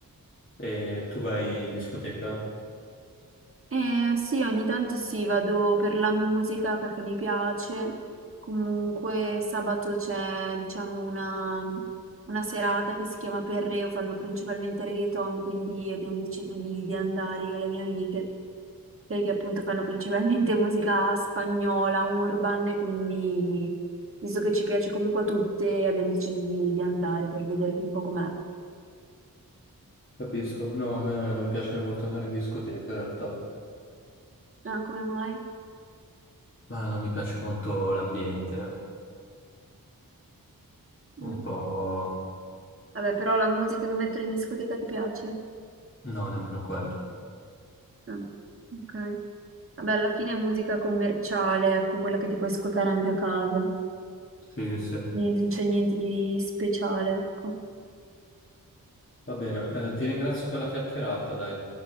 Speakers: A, on the left; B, on the right.
A: E tu vai in discoteca?
B: Eh, sì, ogni tanto sì, vado per la musica perché mi piace. Comunque sabato c'è, diciamo, una, una serata che si chiama Perreo, fanno principalmente reggaeton, quindi abbiamo deciso di, di andare io e le mie amiche, perché appunto fanno principalmente <laughs> musica spagnola, urban, e quindi visto che ci piace comunque a tutte, abbiamo deciso di, di andare per vedere un po' com'è.
A: Capisco, no, a me non piace molto andare in discoteca in realtà,
B: Ah, come mai?
A: ma non mi piace molto l'ambiente, un
B: Mm.
A: po'...
B: Vabbè, però la musica che mettono in discoteca ti piace?
A: no, nemmeno quello.
B: Mm. Ok. Vabbè, alla fine è musica commerciale, ecco, quella che ti puoi ascoltare anche a casa.
A: Sì, sì. Va
B: Niente- Non c'è niente di speciale, ecco.
A: bene, eh, ti ringrazio per la chiacchierata, dai.